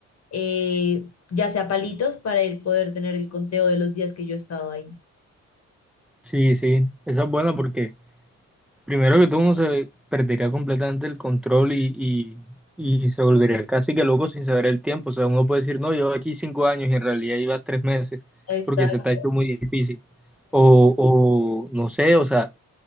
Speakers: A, on the left; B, in the centre.
A: eh, ya sea palitos, para el- poder tener el conteo de los días que yo he estado ahí.
B: Sí, sí, esa es buena porque Primero que todo, uno se perdería completamente el control y, y, y se volvería casi que loco sin saber el tiempo. O sea, uno puede decir, no, yo aquí cinco años y en realidad ibas tres meses
A: Exacto,
B: porque se te ha hecho muy difícil. O, o no sé, o sea,